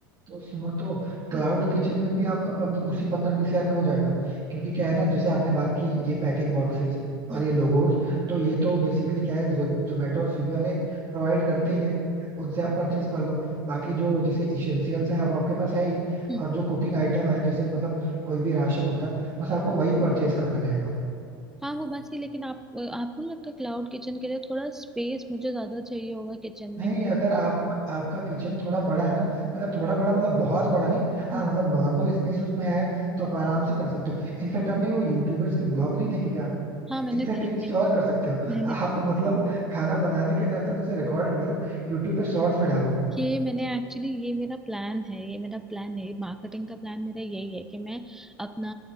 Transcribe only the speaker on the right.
तो सुनो तो क्लाउड
किचन में भी आपका पंद्रह उसी पंद्रह बीस हजार में हो जाएगा क्योंकि क्या है ना जैसे आपने बात की ये पैकिंग बॉक्सेस
और ये लोगोस तो ये तो बेसिकली क्या है जोमेटो और स्विगी वाले प्रोवाइड करते ही हैं उनसे आप परचेज कर लो बाकी जो जैसे इसेंशियल्स हैं अब आपके पास है ही
और जो कुकिंग आइटम है जैसे मतलब कोई भी राशन हो गया बस आपको वही परचेज करना रहेगा
नहीं
अगर आप आपका किचन थोड़ा बड़ा है ना मतलब थोड़ा बड़ा मतलब बहुत बड़ा नहीं हाँ
मतलब नॉर्मल स्पेस उसमें है तो आप आराम से कर सकते हो इनफैक्ट आपने वो यूट्यूबर्स के ब्लॉग नहीं देखे क्या
इनफैक्ट
एक चीज और कर सकते हो
आप मतलब खाना बनाने के साथ साथ उसे रिकॉर्ड भी करो यूट्यूब पे शॉर्ट्स में डालो